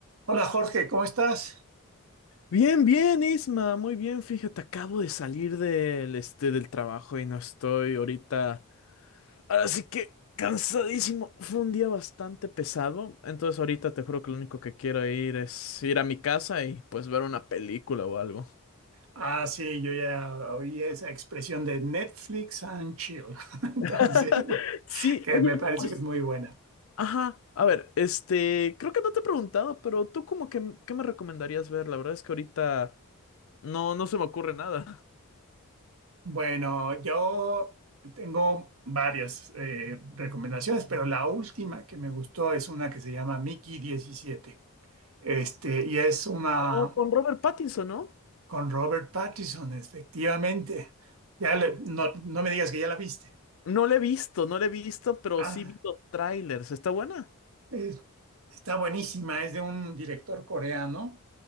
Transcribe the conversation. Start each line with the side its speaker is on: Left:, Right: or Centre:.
Right: Hola Jorge, ¿cómo estás?
Left: Bien, bien, Isma, muy bien. Fíjate, acabo de salir del, este, del trabajo y no estoy ahorita. Ahora sí que cansadísimo. Fue un día bastante pesado. Entonces ahorita te juro que lo único que quiero ir es ir a mi casa y pues ver una película o algo.
Right: Ah, sí, yo ya oí esa expresión de Netflix and chill, <laughs> entonces,
Left: <laughs> Sí,
Right: que
Left: oye,
Right: me parece
Left: pues,
Right: que es muy buena.
Left: ajá. A ver, este, creo que no te he preguntado, pero tú como que, ¿qué me recomendarías ver? La verdad es que ahorita no, no se me ocurre nada.
Right: Bueno, yo tengo varias eh, recomendaciones, pero la última que me gustó es una que se llama Mickey diecisiete, Este, y es una
Left: Oh, con Robert Pattinson, ¿no?
Right: con Robert Pattinson, efectivamente. Ya le- no, no me digas que ya la viste.
Left: No la he visto, no la he visto, pero
Right: Ah,
Left: sí vi <laughs> los trailers. ¿Está buena?
Right: es- está buenísima, es de un director coreano